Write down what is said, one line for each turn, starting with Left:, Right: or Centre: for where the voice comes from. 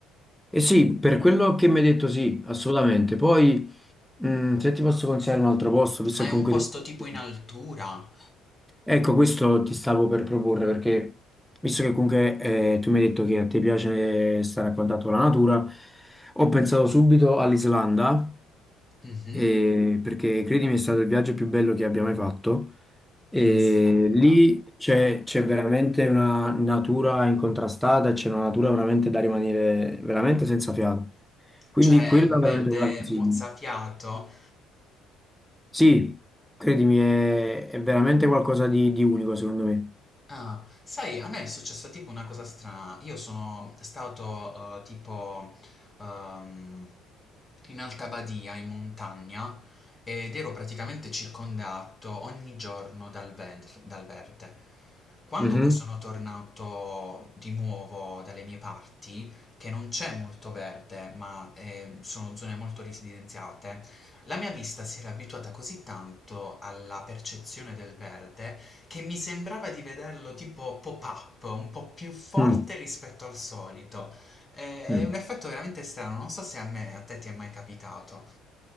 Centre: Eh sì, per quello che mi hai detto sì, assolutamente. Poi, mh, se ti posso consigliare un altro posto, visto
Left: Ma
Centre: che
Left: è un
Centre: comunque...
Left: Mhm. posto tipo
Centre: ti-
Left: in altura?
Centre: Ecco, questo ti stavo per proporre, perché visto che comunque eh, tu mi hai detto che a te piace stare a contatto con la natura, ho pensato subito all'Islanda,
Left: Mhm.
Centre: eh, perché credimi è stato il viaggio più bello che abbia mai fatto. E
Left: In Islanda.
Centre: lì c'è c'è veramente una natura incontrastata, c'è una natura veramente da rimanere veramente senza fiato. Quindi
Left: Cioè,
Centre: quella
Left: un
Centre: veramente
Left: verde
Centre: te la consiglio.
Left: mozzafiato.
Centre: Sì, credimi, è, è veramente qualcosa di, di unico secondo me.
Left: Ah, sai, a me è successa tipo una cosa strana. Io sono stato eh, tipo ehm, in Alta Badia, in montagna, ed ero praticamente circondato ogni giorno dal, ver- dal verde. Quando
Centre: Mhm.
Left: poi sono tornato di nuovo dalle mie parti, che non c'è molto verde, ma ehm, sono zone molto residenziate, la mia vista si era abituata così tanto alla percezione del verde che mi sembrava di vederlo tipo pop-up, un po' più forte
Centre: Mm,
Left: rispetto al solito. Eh,
Centre: mm.
Left: È un effetto veramente strano, non so se a me, a te ti è mai capitato.